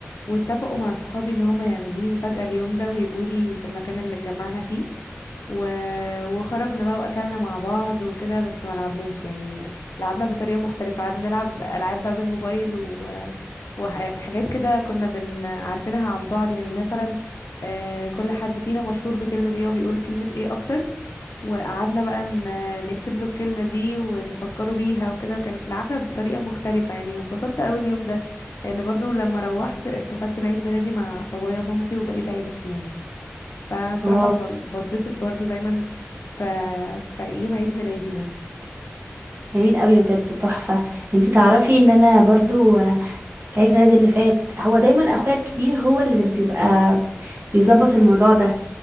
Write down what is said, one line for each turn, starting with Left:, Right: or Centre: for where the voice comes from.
Left: واتفقوا مع صحابي ان هم يعملوا لي مفاجأة اليوم ده ويجوا لي في المكان اللي اتجمعنا فيه و... وخرجنا بقى واكلنا مع بعض وكده بس ما لعبناش يعني لعبنا بطريقه مختلفه قعدنا نلعب العاب بقى بالموبايل و... وحاجات كده كنا بن عارفينها عن بعض يعني مثلا آه، كل حد فينا مشهور بكلمه ايه وبيقول كلمه ايه اكتر وقعدنا بقى ن- نكتب له الكلمه دي ونفكره بيها وكده وكان لعبنا بطريقه مختلفه يعني واتبسطت قوي اليوم ده لان برضو لما روحت احتفلت بعيد ميلادي مع بابايا ومامتي وبقيت عيلتي يعني فانا الصراحه
Right: اه
Left: ب- بتبسط برضو دايما في في يوم عيد ميلادي ده
Right: جميل قوي بجد تحفه انتي تعرفي ان انا برضو آه، في عيد ميلادي اللي فات هو دايما اخويا الكبير هو اللي بيبقى بيظبط الموضوع ده